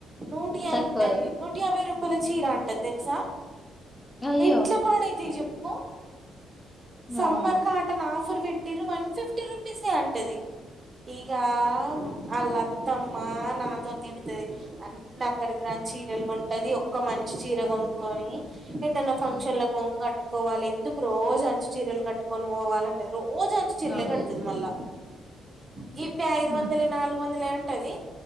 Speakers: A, on the right; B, on the left.
A: నూటి
B: తక్కువే
A: మ్ నూటి యాభై రూ చీరా అంటది తెల్సా
B: అయ్యో
A: ఎట్ల పాడైతాయ్ చెప్ ఓ సమ్మర్
B: అవును
A: కాట నా ఆఫర్ పెట్టిరు వన్ ఫిఫ్టీ రూపీసే అంటది ఈగా అల్లా అతమ్మా నాతో తిడుతది అన్ని పనికిరాని చీరలు కొంటది ఒక్క మంచి చీర కొనుక్కొ నీ ఏటన్న ఫంక్షన్
B: హ్మ్
A: లక్ పొంగబట్టే కోవాలి ఎందుకు రోజు పట్టు చీరల్ కట్టుకొని పోవాలంటది రోజంతా చీరలే
B: అవును
A: కడతది మల్లా కిస్తే ఐదు
B: హ్మ్
A: వందలే నాలుగు వందలే అం అంటది